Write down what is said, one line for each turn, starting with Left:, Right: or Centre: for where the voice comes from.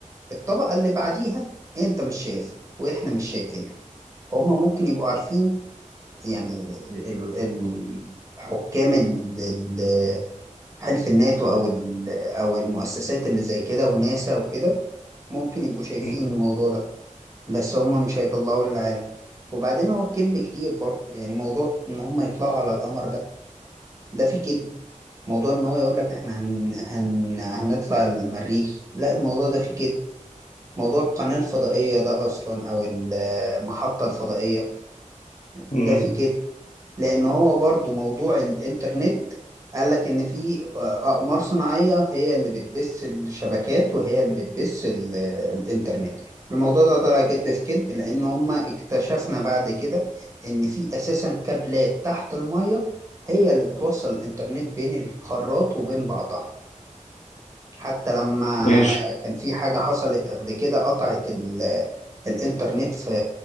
Right: الطبقة اللي بعديها انت مش شايف واحنا مش شايفينها هما ممكن يبقوا عارفين يعني ال- ال- ال- حكام ال- ال- حلف الناتو او ال- او المؤسسات اللي زي كده وناسا وكده ممكن يبقوا شايفين
Left: مم.
Right: الموضوع ده بس هما مش هيطلعوا للعالم وبعدين هو الكذب كتير برضه يعني موضوع ان هما يطلعوا على القمر ده ده فيه كذب موضوع ان هو يقول لك احنا هن... هن... هنطلع المريخ لا الموضوع ده فيه كده موضوع القناة الفضائية ده اصلا او المحطة الفضائية ده
Left: مم.
Right: فيه كده لان هو برضو موضوع الانترنت قال لك ان في اقمار صناعية هي اللي بتبث الشبكات وهي اللي بتبث ال... الانترنت الموضوع ده طلع كذب في كذب لان هما اكتشفنا بعد كده ان في اساسا كابلات تحت المية هي اللي بتوصل الانترنت بين القارات وبين بعضها حتى لما
Left: ماشي
Right: كان في حاجة حصلت قبل كده قطعت ال- الإنترنت في